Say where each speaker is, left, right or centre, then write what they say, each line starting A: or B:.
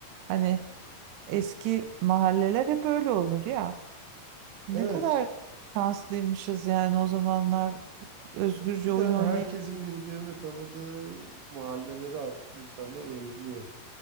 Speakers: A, on the right; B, on the right.
A: Hani eski mahalleler hep öyle olur ya. Ne
B: Evet.
A: kadar şanslıymışız yani o zamanlar özgürce
B: Bir
A: oyun
B: de hani
A: oynayıp.
B: herkesin birbirini tanıdığı mahalleleri artık insanlar özlüyor.